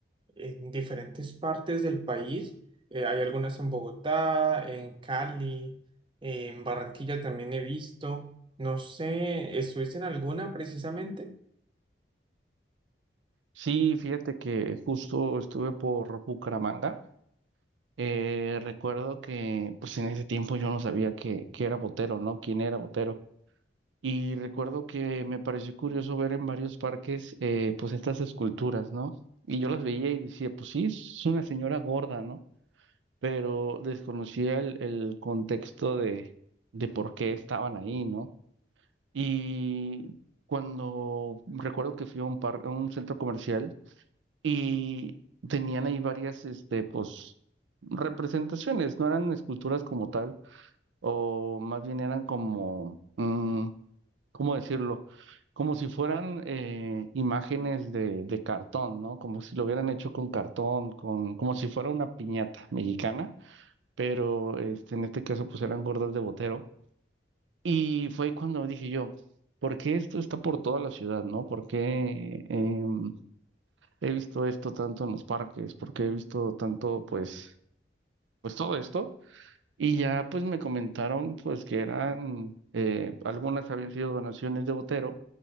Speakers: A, on the right; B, on the right.
A: en diferentes partes del país. Eh, hay algunas en Bogotá, en Cali, eh, en Barranquilla también he visto. No sé, ¿estuviste en alguna precisamente?
B: Sí, fíjate que justo estuve por Bucaramanga. Eh, recuerdo que pues en ese tiempo yo no sabía que, que era Botero, ¿no? ¿Quién era Botero? Y recuerdo que me pareció curioso ver en varios parques eh, pues estas esculturas, ¿no? Y yo las veía y decía, pues sí, es una señora gorda, ¿no? pero desconocía el, el contexto de, de por qué estaban ahí, ¿no? Y cuando recuerdo que fui a un par, a un centro comercial y tenían ahí varias, este, pues, representaciones, no eran esculturas como tal, o más bien eran como, mm, ¿cómo decirlo? Como si fueran eh, imágenes de, de cartón, ¿no? Como si lo hubieran hecho con cartón, con, como si fuera una piñata mexicana pero este, en este caso pues eran gordas de Botero. Y fue ahí cuando dije yo, ¿por qué esto está por toda la ciudad, no? ¿Por qué em, he visto esto tanto en los parques? ¿Por qué he visto tanto, pues, pues todo esto? Y ya pues me comentaron pues que eran, eh, algunas habían sido donaciones de Botero